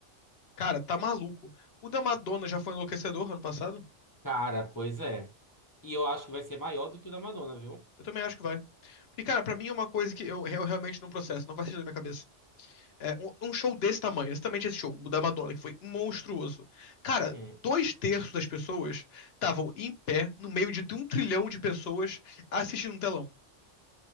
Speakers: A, on the left; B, on the left.
A: cara, tá maluco. O da Madonna já foi enlouquecedor ano passado?
B: Cara, pois é. E eu acho que vai ser maior do que o da Madonna, viu?
A: Eu também acho que vai. Porque, cara, pra mim é uma coisa que eu, eu realmente não processo, não faz sentido na minha cabeça. É, um, um show desse tamanho, exatamente esse show da Madonna, que foi monstruoso. Cara,
B: Uhum.
A: dois terços das pessoas estavam em pé, no meio de um trilhão de pessoas, assistindo um telão.